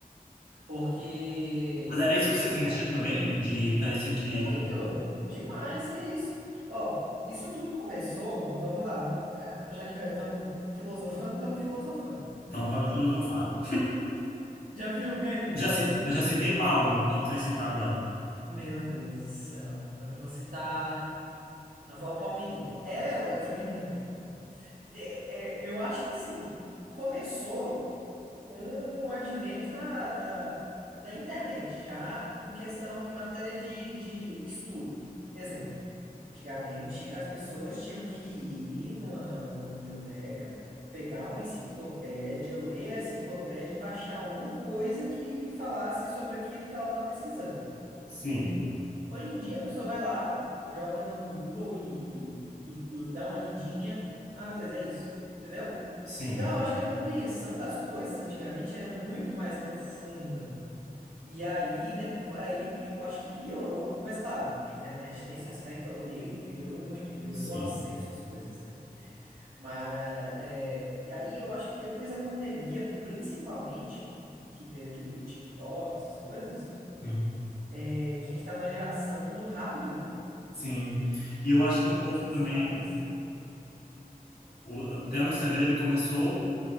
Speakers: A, on the right (about 75°); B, on the left (about 90°).
A: porque
B: mas era isso que você sentia
A: é
B: também, de parecer que,
A: muito demais, que isso? Ó, isso tudo começou, vamos lá, vamos, é, já que estamos filosofando, estamos filosofando.
B: então pode filosofar.
A: Já viu o meme que
B: Eu
A: fala
B: já citei,
A: assim?
B: eu já citei Bauman, qual que você vai citar agora?
A: Meu Deus do céu, eu vou citar a avó Palmeirinha. É, eu tô brincando. É, é, é, eu acho que assim, começou com o advento da, da, da internet, já em questão, em matéria de, de estudo. Exemplo, antigamente as pessoas tinham que ir numa, numa biblioteca, pegar uma enciclopédia, ler a enciclopédia para achar alguma coisa que, que falasse sobre aquilo que ela está pesquisando.
B: Sim,
A: Hoje em dia a pessoa vai lá, joga no, no Google e, e- e dá uma lidinha. Ah, beleza, é isso. Entendeu?
B: sim,
A: Então eu acho que a compreensão das coisas antigamente era muito mais profunda. E aí, depo- aí pi- eu acho que piorou. Mas claro, a internet nesse aspecto ela veio e melhorou muito, que melhorou
B: sim,
A: o acesso às coisas, né? Mas é, e aí eu acho que depois da pandemia, principalmente, que veio aquele, o TikTok, essas coisas,
B: sim,
A: é, a gente tá na geração do rápido, né?
B: sim. E eu acho que um pouco
A: Das coisas
B: também,
A: rápidas.
B: o- até o Instagram ele começou